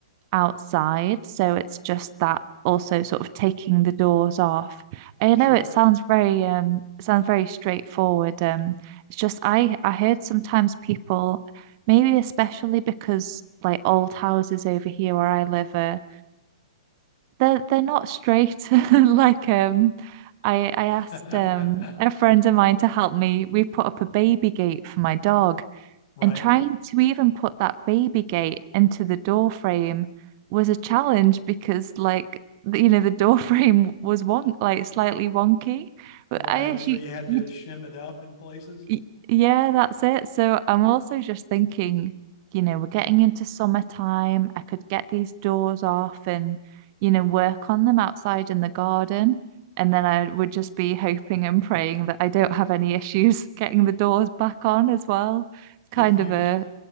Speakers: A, on the right; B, on the left.
A: outside. So it's just that also sort of taking the doors off. I
B: Sure.
A: know it sounds very um it sounds very straightforward. Um it's just I I heard sometimes people maybe especially because like old houses over here where I live are they're they're not straight <laughs> like um I I asked
B: <laughs>
A: um a friend of mine to help me. We put up a baby gate for my dog
B: right.
A: and trying to even put that baby gate into the door frame was a challenge because like you know the <laughs> door frame was wonk like slightly wonky but
B: Right.
A: I actually
B: So you had
A: you,
B: to shim it up in places.
A: you yeah that's it so I'm also just thinking you know we're getting into summertime I could get these doors off and you know work on them outside in the garden and then I would just be hoping and praying that I don't have any issues <laughs> getting the doors back on as well it's
B: If
A: kind
B: you,
A: of a